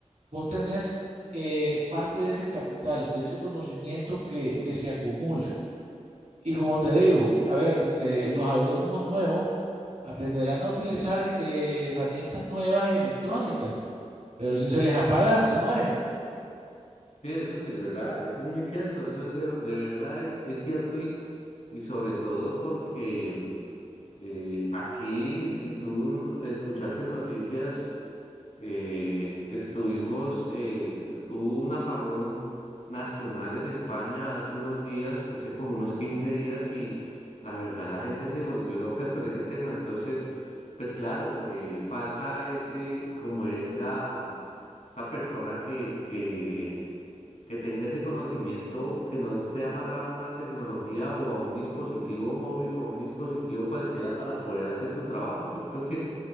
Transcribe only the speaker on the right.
vos tenés eh, parte de ese capital, de ese conocimiento que, que se acumula. Y como te digo, a ver, eh, los agrónomos nuevos aprenderán a utilizar eh, herramientas nuevas e electrónicas, pero si se les apaga, se mueren.